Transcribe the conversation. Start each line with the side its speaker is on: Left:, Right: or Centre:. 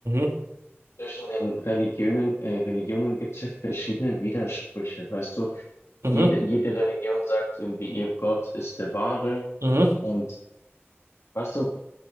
Right: mhm,
Left: zwischen den Religionen, äh, Religionen gibt es ja verschiedene Widersprüche. Weißt du,
Right: mhm,
Left: jede, jede Religion sagt irgendwie, ihr Gott ist der wahre.
Right: mhm.
Left: Und Weißt du,